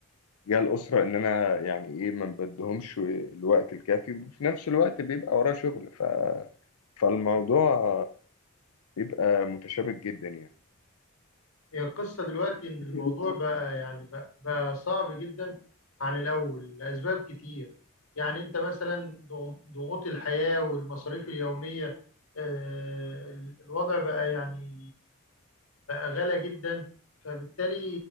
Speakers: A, on the left; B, on the left.
A: تجاه الأسرة إن أنا يعني إيه ما بديهمش الوقت الكافي وفي نفس الوقت بيبقى وراه شغل ف... فالموضوع بيبقى متشابك جدا يعني
B: هي القصة دلوقتي إن الموضوع
A: ايوه
B: بقى يعني بقى, بقى صعب جدا عن الأول لأسباب كتير يعني أنت مثلا ضغ- ضغوط الحياة والمصاريف اليومية آه، ال- الوضع بقى يعني بقى غالى جدا فبالتالي